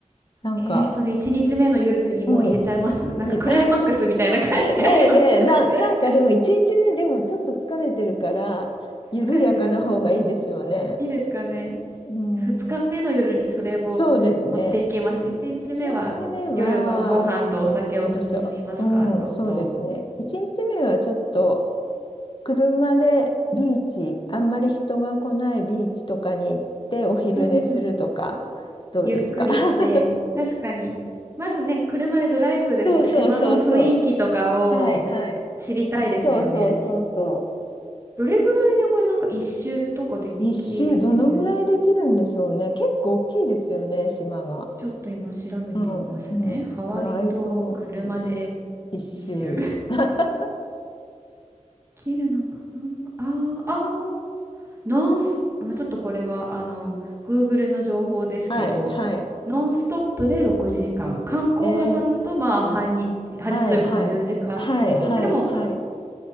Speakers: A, on the left; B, on the right.
A: なんか、
B: えー、それ1日目の夜にもう入れちゃいますなんかクライマックスみたいな感じありますけど
A: うん、いいねえねえ、な、
B: <laughs>
A: なんかでも1日目でもちょっと疲れてるから、緩やかな方がいいですよね。
B: 疲れてるかないいですかね。
A: うん、
B: じゃあ2日目の夜にそれを持っていきます。
A: そうですね。
B: 1日目は夜はご飯とお酒を楽しみますかちょっと。
A: 1日目は、どうでしょう。うん、そうですね。1日目はちょっと、車でビーチ、あんまり人が来ないビーチとかに行って、お昼寝するとか、
B: うん
A: どうですか。
B: ゆっくりして、
A: <laughs>
B: 確かに、まずね、車でドライブでこう島の雰囲気とかを
A: そうそうそうそう。はいはい。
B: 知りたいですよね。
A: そうそうそうそう。
B: どれぐらいでこれなんか一周とかできる、
A: 一周どのぐらいできるんでしょうね。結構大きいですよね、島が。
B: ちょっと今調べてみますね。
A: うん、うん。
B: ハワイと車で
A: ハワイ島い一周。
B: 一周。<laughs> で
A: <laughs>
B: きるのかなあー、あー、ノンス、まあ、ちょっとこれはあの、Google の情報ですけど、
A: はい、はい。
B: ノンストップで6時間。観光を挟むと、
A: えー、
B: まあ、半日、半日というか、
A: はい、はい。
B: まあ、10時間以上。
A: はい、はい、
B: でも、
A: はい。